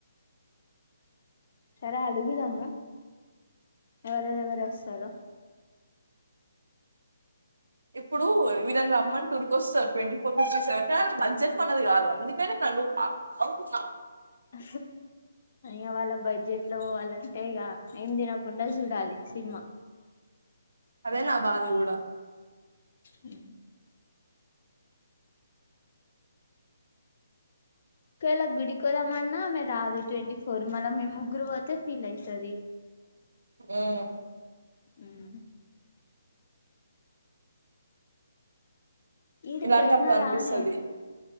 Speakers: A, on the left; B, on the right.
A: సరే అడుగుదాము ఎవరెవరు ఎవరు వస్తారో?
B: ఇప్పుడు విధంగా రమ్మని టూరుకి వస్తార్ ట్వంటీ ఫోర్ ఫిఫ్టీ సెవెన్ కా బడ్జెట్ మనది కాదు అందుకని నన్ను అవు నా?
A: ఆ ఐన వాళ్ళ బడ్జెట్ లో పోవాలంటే ఇక ఏం తినకుండా చూడాలి సిన్మా
B: అదే నా బాధ గూడా
A: ఉ ఒకవేళ గుడికిదామన్నా ఆమె రాదు ట్వంటీ ఫోర్ మళ్ళీ మేము ముగ్గురు పోతే ఫీల్ అయితది
B: ఉమ్
A: ఊహు ఈడి
B: ఇలాంటప్పుడు
A: కొయిన
B: అనిపిస్తది
A: రానే